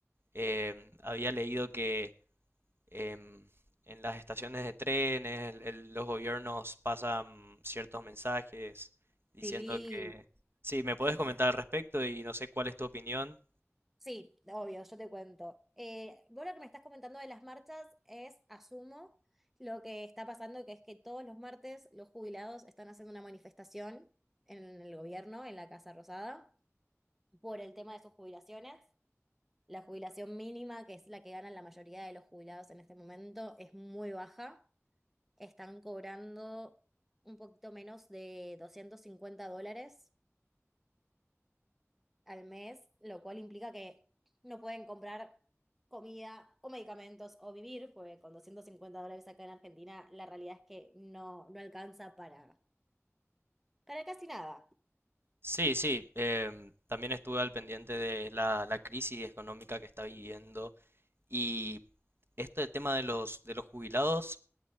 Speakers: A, on the right; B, in the centre.
A: em, había leído que em, en las estaciones de trenes el- el- los gobiernos pasan ciertos mensajes diciendo
B: Sí,
A: que... Sí, ¿me puedes comentar al respecto y no sé cuál es tu opinión?
B: Sí, obvio, yo te cuento. Eh, vos lo que me estás comentando de las marchas es, asumo, lo que está pasando, que es que todos los martes los jubilados están haciendo una manifestación en el gobierno, en la Casa Rosada, por el tema de sus jubilaciones. La jubilación mínima, que es la que ganan la mayoría de los jubilados en este momento, es muy baja. Están cobrando un poquito menos de 250 dólares al mes, lo cual implica que no pueden comprar comida o medicamentos o vivir, porque con 250 dólares acá en Argentina la realidad es que no, no alcanza para, para casi nada.
A: Sí, sí, em, también estuve al pendiente de la, la crisis económica que está viviendo y este tema de los, de los jubilados